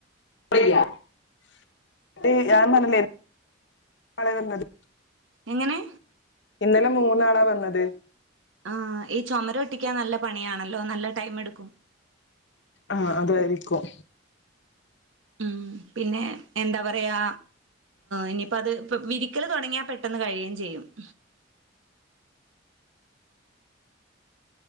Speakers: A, on the left (about 60°); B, on the right (about 75°).
A: <unintelligible> തേ ഞാൻ പറഞ്ഞില്ലേ നളെ വന്നത്.
B: എങ്ങനെ?
A: ഇന്നലെ മൂന്നാളാ വന്നത്.
B: ആ ഈ ചുമര് ഒട്ടിക്കാൻ നല്ല പണിയാണല്ലോ? നല്ല ടൈം എടുക്കും.
A: ആ അതായിരിക്കും.
B: ഉം പിന്നെ എന്താ പറയാ ഇനിയിപ്പ അത് ഇപ്പ വിരിക്കല് തുടങ്ങിയാൽ പെട്ടെന്ന് കഴിയും ചെയ്യും. <inaudible>